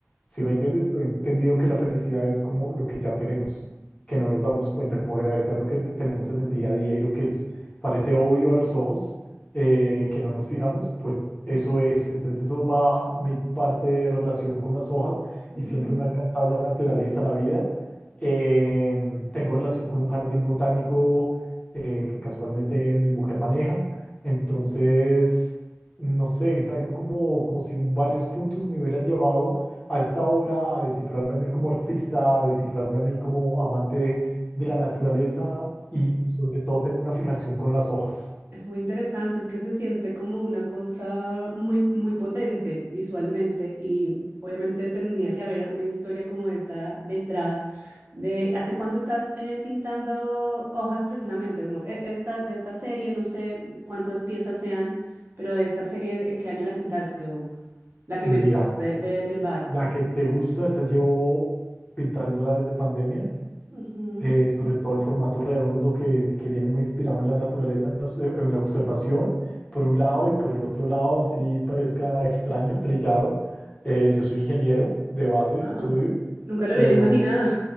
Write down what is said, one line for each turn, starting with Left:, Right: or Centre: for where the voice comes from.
Left: Si me entiendes, he entendido que la felicidad es como lo que ya tenemos que no nos damos cuenta, como agradecer lo que tenemos en el día a día y lo que es, parece obvio a los ojos, eh, que no nos fijamos, pues eso es. Entonces eso va mi parte de relación con las hojas
Right: Ujú.
Left: y siempre me ha encantado la naturaleza, la vida. Em, tengo relación con un jardín botánico eh, que casualmente mi mujer maneja. Entonces, no sé, es algo como, como si varios puntos me hubieran llevado a esta obra, a descifrarme a mí como artista, a descifrarme a mí como amante de la naturaleza y sobre todo tengo una fijación con las hojas.
Right: Es muy interesante, es que se siente como una cosa muy, muy potente visualmente y obviamente tenía que haber una historia como esta detrás de ¿hace cuánto estás eh, pintando hojas precisamente? Como e- esta, de esta serie, no sé cuántas piezas sean, pero esta serie, ¿en qué año la pintaste? O la que
Left: Mira,
Right: me gustó de- de- del bar.
Left: la que te gusta, esa llevo pintándola desde pandemia,
Right: Ujú.
Left: eh, sobre todo el formato redondo que, que viene muy inspirado en la naturaleza, en la, obser- en la observación, por un lado y por el otro lado, así parezca extraño, trillado. eh, yo soy ingeniero de base
Right: Wow,
Left: de estudio
Right: nunca lo
Left: pero
Right: hubiera imaginado.